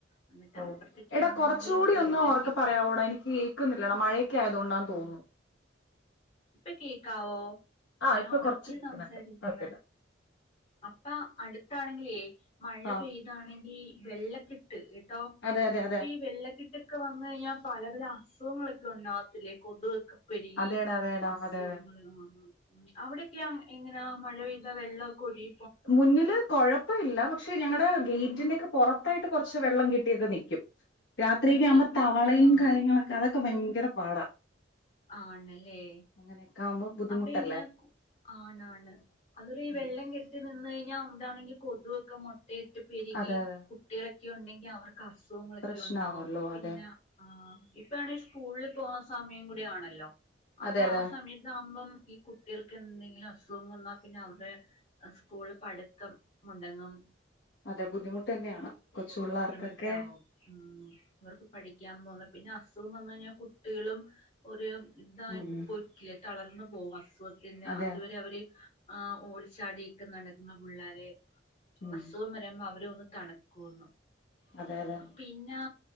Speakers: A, on the left; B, on the left.
A: എന്നിട്ട്
B: ഓ
A: അപ്പുറത്തൊക്കെ
B: എടാ
A: ആണെങ്കിൽ
B: കൊറച്ച് കൂടി
A: വെള്ളക്കെട്ട്
B: ഒന്നു ഉറക്കെ പറയാവോടാ എനിക്ക് കേൾക്കുന്നില്ലടാ മഴയൊക്കെയാ തോണ്ടാന്ന് തോന്നുന്നു
A: ഇപ്പെ കേക്കാവോ
B: ആഹ്
A: ഞാൻ
B: ഇപ്പൊ
A: ഉറക്കെ
B: കൊറച്ച് കേൾക്കുന്നുണ്ട്
A: സംസാരിക്കുന്നെ
B: കുഴപ്പല്ല
A: അപ്പ അടുത് ട്ടാണെങ്കിലേ മഴ
B: ആഹ്
A: പെയ്താണെങ്കി വെള്ളക്കെട്ട് ട്ട് കേട്ടോ
B: അതെ അതെ അതെ
A: അപ്പൊ ഈ വെള്ളക്കെട്ടൊക്കെ വന്നഴിഞ്ഞാൽ പലത് ല അസുഖങ്ങളൊക്കെ ഉണ്ടാകത്തില്ലേ കൊതുകൊക്കെ പെര്കി
B: അതേടാ അതേടാ
A: അസുഖങ്ങൾ
B: അതെ അതെ
A: ആഹ് ആഹ് ഉം അവിടൊക്കെയെങ്ങനാ മഴ പെയ്ത വെള്ളമൊക്കെ ഒഴുകി
B: മുന്നില് കൊഴപ്പവില്ല പ ക്ഷെ ഞങ്ങളുടെ ഗേറ്റിന്റെ ഒക്കെ പുറത്തായിട്ട് കൊറച്ച് വെള്ളം കെട്ടിയൊക്കെ നിക്കും. രാത്രിക്കെ
A: നിക്കും
B: ആകുമ്പം തവളയും,
A: ആഹ്
B: കാര്യങ്ങളൊക്കെ അത് ഒക്കെ ഭയങ്കര പാടാ
A: ആണല്ലേ?
B: അങ്ങനെയൊക്കെ ആവുമ്പോ ബുദ്ധിമുട്ടല്ലേ
A: അപ്പ ഇങ്ങനെ കു ആണാണ് അതൊരി
B: ഉം
A: വെള്ളം കെട്ടി നിന്ന് ക ഞ്ഞ അവിടാണെങ്കി കൊതുവൊക്കെ മൊ <unintelligible> ട്ട് പെരുകി
B: അതെ അതെ
A: കുട്ടികളെ യുണ്ടെങ്കിൽ അവർക്ക് അസുഖങ്ങളൊക്കെ
B: പ്രശ്നാവല്ലോ
A: ഉണ്ടാവും പിന്നെ
B: അതെ
A: ആ ഇപ്പാണെങ്കിൽ സ്കൂളിൽ പോവാൻ സമയം കൂടി ആണല്ലോ അപ്പൊ
B: അതെ അതെ
A: ആ സമയ ഈ കുട്ടികൾക്ക് എന്തെങ്കിലും അസുഖം വന്നാൽ പിന്നെ അവരുടെ സ്കൂളിൽ പഠിത്തം മുടങ്ങും.
B: അതെ ബുദ്ധിമുട്ട് തന്നെയാണ്. കൊച്ചു പിള്ളേർക്കൊക്കെ
A: ബുദ്ധിമുട്ടാകും ഉം ഇവർക്ക് പഠി <unintelligible> പോണം. പിന്നെ അസുഖം വന്നു കഴിഞ്ഞാൽ കുട്ടികളും ഒരു ഇതായി
B: ഉം
A: <unintelligible> പൊക്കിയ തളർന്നു പോവാ ത്തിന്ന
B: അതെ
A: അതുവരെ അവര് ആ ഓടിച്ചാടി നടക്കുന്ന പിള്ളാര്
B: ഉം
A: അസുഖം വരുമ്പം അവരൊന്ന് തണക്കൂന്നു
B: അതെ അതെ
A: പിന്നാ